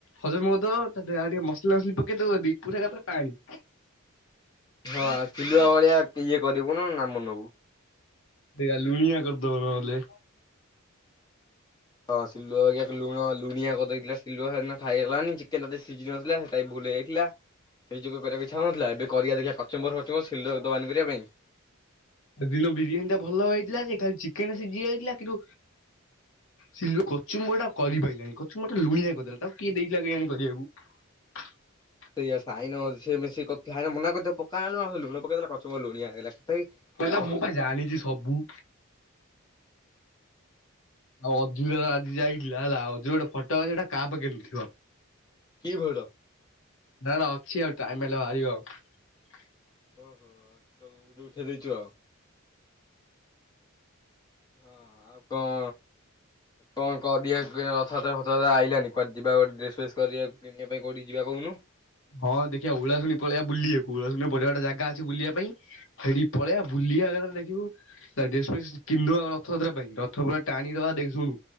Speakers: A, on the left; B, on the left.
A: ହଜମ କରିଦବ ତା ପରେ ଆଉ ଟିକେ ମସଲା ମସଲି ପକେଇ ଦବୁ ଯଦି ପୁରା ଏକାତରେ ପାଣି <inaudible>
B: ହଁ ଚୁଲୁଆ ଭଳିଆ ଇଏ କରିବୁନି ନାମ ନବୁ।
A: ଦେରା ଲୁଣିଆ କରିଦବ ନହେଲେ।
B: ହଁ ସିଲୁଆ ବାଗିଆ ଲୁଣ ଲୁଣିଆ କରିଦେଇଥିଲା ଶିଲୁଆ ସେଦିନ ଖାଇହେଲାନି। ଚିକେନେଟା ଟିକେ ଶିଝି ନଥିଲା ସେଟା ବୁ ଲ ଯାଇଥିଲା ସେଇ ଯୋଗୁ କରିବାକୁ ଇଛା ହଉନଥିଲା ଏବେ କରିବା ଦେଖିବା କଚୁମ୍ବର ଫଚୁମ୍ବର୍ ଶିଲୁଆକୁ ଦବାନି କରିବା ପାଇଁ
A: ସେଦିନ ବିରିୟାନୀ ଟା ଭଲ ହେଇଥିଲା ଯେ ଖାଲି ଚିକେନ ଟା ସିଝି ଯାଇଥିଲା କିନ୍ତୁ ସିଲୁଆ କଚୁମ୍ବରଟା କରିପାରିଲାଣି କଚୁମ୍ବରଟା ଲୁଣିଆ କରିଦେଲା ତାକୁ କିଏ ଦେଇଥିଲା କେୟଣୀ କରିବାକୁ। <inaudible>
B: ସେଇଆ ସାଇନ ସେ ମିଶିକି କରିଥି ସାଇନ ମନା କରିଚି ତାକୁ ପକାନା ଲୁଣ ସେ ଲୁଣ ପକେଇ ଦେଲା କଚୁମ୍ବର୍ ଲୁଣିଆ ହେଇଗଲା। ତଥାପି
A: କହିଲା
B: ପ
A: ମୁଁ ପା ଜାଣିଛି ସବୁ। ଆଉ ଅଧୁର ଆଜି ଯାଇଥିଲା ହେଲା ଅଧୁର ଗୋଟେ ଫଟୋ ହେଟା କାହା ପାଖରେ ନଥିବ
B: କି ଭୁଲ
A: ନା ନା ଅଛି ଆଉ ଟାଇମ ହେଲେ ବାହାରିବ ଆଉ।
B: ଓହୋ ତୁ ଉଡେ ଉଠେ ଦେଇଛୁ ଆଉ। ହଁ ଆଉ କଣ କଣ କରିିବା କୁ ରଥଯାତ୍ରା ଫଥଯାତ୍ରା ଆଇଲାନି। କୁଆଡେ ଯିବା ଗୋଟେ ଡ୍ରେସ ଫେସ୍ କରିବା କିଣିବା ପାଇଁ କୋଉଁଠିକି ଯିବା କହୁନୁ।
A: ହଁ ଦେଖିବା ଉଳାଶୁଣି ପଳେଇବା ବୁଲିବାକୁ। ଓଳାଶୁଣୀ ବଢିଆ ବଢ଼ିଆ ଜାଗା ଅଛି ବୁଲିବା ପାଇଁ। ସେଇଠି କି ପଳେଇବା ବୁଲିବା। ଏକାଥରେ ଦେଖୁବୁ ତାପରେ ଡ୍ରେସ ଫେସ୍ କିନିଦବା ଆଉ ରଥଯାତ୍ରା ପାଇଁ ରଥ ପୁରା ଟାଣିଦବା ଦେଖ ଶୁଣୁ